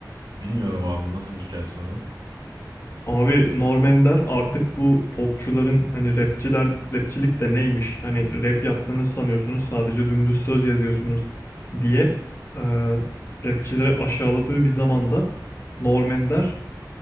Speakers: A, on the right; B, on the left.
A: Bilmiyorum abi nasıl bir hikayesi var onun.
B: Abi Norm Ender artık bu popçuların hani rapçiler rapçilik de neymiş hani rap yaptığınız sanıyorsunuz sadece dümdüz söz yazıyorsunuz diye e, rapçileri aşağıladığı bir zamanda Norm Ender